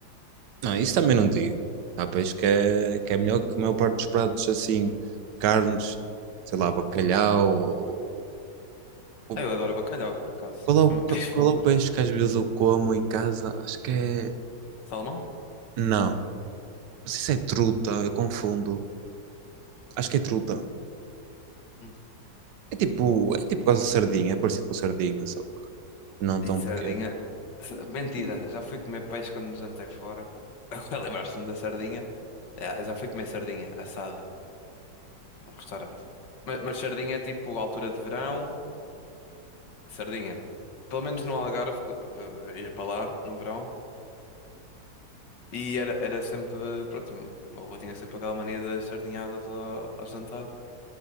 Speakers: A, on the right; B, on the left.
A: Não, isso também não digo. Há peixe que é, que é melhor que a maior parte dos pratos, assim, carnes, sei lá, bacalhau. ou- ou-
B: Ah, Eu adoro bacalhau, por acaso.
A: Qual é o,
B: É
A: qual,
B: o meu <laughs> peixe
A: qual
B: favorito.
A: é o peixe que às vezes eu como em casa? Acho que é.
B: Salmão?
A: Não, não sei se é truta, eu confundo. Acho que é truta.
B: Hum.
A: É tipo, é tipo quase sardinha, é parecido com sardinha, só que não tão
B: E
A: pequeno.
B: sardinha? S- Mentira, já fui comer peixe quando jantei fora. <laughs> Agora lembrar-se-me da sardinha. É, já fui comer sardinha assada no restaurante. Mas, mas sardinha é tipo altura de verão. sardinha. Pelo menos no Algarve, que eu- eu ia para lá no verão. E era, era sempre, pronto, o meu avô tinha sempre aquela mania das sardinhadas ao, ao jantar.